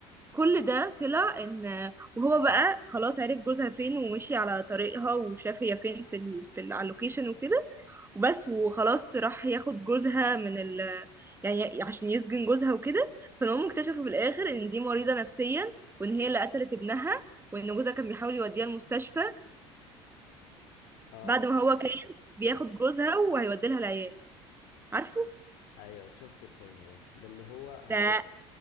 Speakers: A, on the right (about 15°); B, on the left (about 65°).
A: كل ده طلع ان وهو بقى خلاص عرف جوزها فين ومشي على طريقها وشاف هي فين في ال... في ال- على اللوكيشن وكده وبس وخلاص راح ياخد جوزها من ال يعني عشان يسجن جوزها وكده فالمهم اكتشفوا في الاخر ان دي مريضة نفسيا وان هي اللي قتلت ابنها وان جوزها كان بيحاول يوديها المستشفى
B: اه
A: بعد ما هو كان بياخد جوزها وهيودي لها العيال عارفه
B: ايوه شفت الفيلم ده ده اللي هو هقول
A: ده